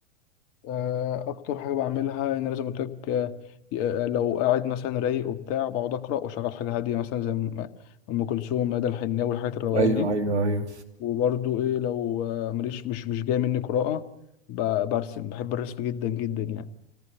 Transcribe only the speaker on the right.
ايوه
ايوه ايوه